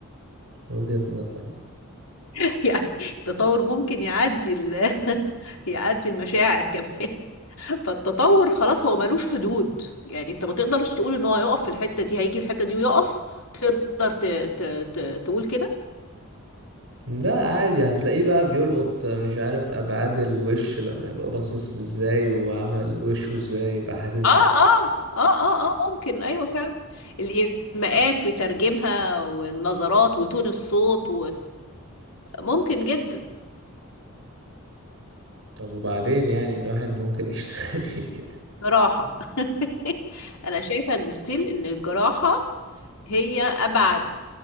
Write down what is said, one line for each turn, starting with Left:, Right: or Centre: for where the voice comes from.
Right: وجهة نظر
Left: <laughs> يعني التطور ممكن يعدي ال... <laughs> يعدي المشاعر كمان <laughs> فالتطور خلاص هو ملوش حدود يعني انت ما تقدرش تقول ان هو هيقف في الحتة دي هيجي في الحتة دي ويقف تقدر ت... ت... ت... تقول كده
Right: لا عادي هتلاقيه بقى بيلقط مش عارف ابعاد الوش لما يبقى باصص ازاي وعمل وشه ازاي يبقى حاسس
Left: اه اه
Right: ب...
Left: اه اه اه ممكن ايوه فعلا الايماءات ويترجمها والنظرات وتون الصوت وممكن جدا
Right: طب وبعدين يعني الواحد ممكن يشتغل <laughs> إيه كده
Left: جراحة <laughs> أنا شايفة إن ستيل إن الجراحة هي أبعد